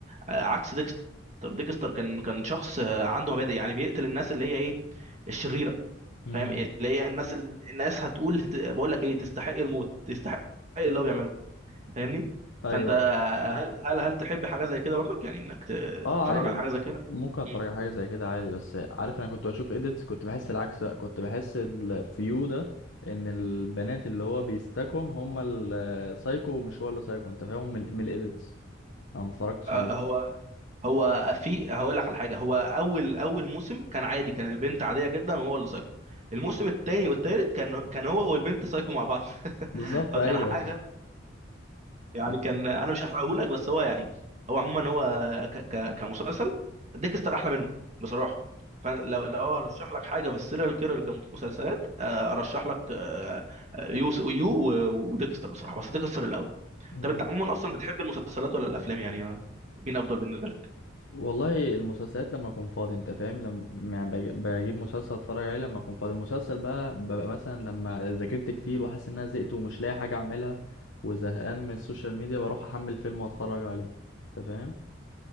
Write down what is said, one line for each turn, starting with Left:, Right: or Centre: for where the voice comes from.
Right: آه، عكس ديكستر ديكستر كان كان شخص آه، عنده مبادئ يعني بيقتل الناس اللي هي ايه الشريره
Left: امم
Right: فاهم إيه؟ اللي هي الناس الناس هتقول بقول لك ايه تستحق الموت تستحق اللي هو بيعمله فاهمني
Left: ايوه
Right: فانت هل هل هل تحب حاجه زي كده برضك يعني انك ت-
Left: اه
Right: تتفرج
Left: عادي
Right: على
Left: م-
Right: حاجه زي كده
Left: ممكن اتفرج
Right: مم.
Left: على حاجه زي كده عادي بس عارف انا كنت بشوف اديتس كنت بحس العكس بقى كنت بحس الفيو ده ان البنات
Right: مم.
Left: اللي هو بيستكم هم السايكو ومش هو اللي سايكو انت فاهم من, ال- من الاديتس انا ما اتفرجتش
Right: آه،
Left: عليه
Right: هو هو في هقول لك على حاجه هو اول اول موسم كان عادي كان البنت عاديه جدا وهو اللي سايكو الموسم الثاني والثالث كان كان هو والبنت سايكو مع بعض <laughs>
Left: بالظبط
Right: فكان
Left: ايوه
Right: حاجه يعني
Left: <laughs>
Right: كان انا مش هحرقه لك بس هو يعني هو عموما هو ك ك كمسلسل ديكستر احلى منه بصراحه فلو لو ارشح لك حاجه في السيريال كيرر كمسلسلات آه، ارشح لك آه، آه، يو يو و- وديكستر بصراحه بس ديكستر الاول
Left: أمم.
Right: طب انت عموما اصلا بتحب المسلسلات ولا الافلام يعني آه، مين افضل بالنسبه لك
Left: والله المسلسلات لما اكون فاضي انت فاهم لما يعني بج- بجيب مسلسل اتفرج عليه لما اكون فاضي المسلسل بقى ببقى مثلا لما ذاكرت كتير وحاسس ان انا زهقت ومش لاقي حاجه اعملها وزهقان من السوشيال ميديا بروح احمل فيلم واتفرج عليه انت فاهم